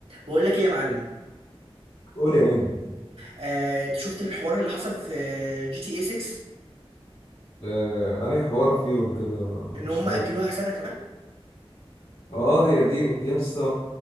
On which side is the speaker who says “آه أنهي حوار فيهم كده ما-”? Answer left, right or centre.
Left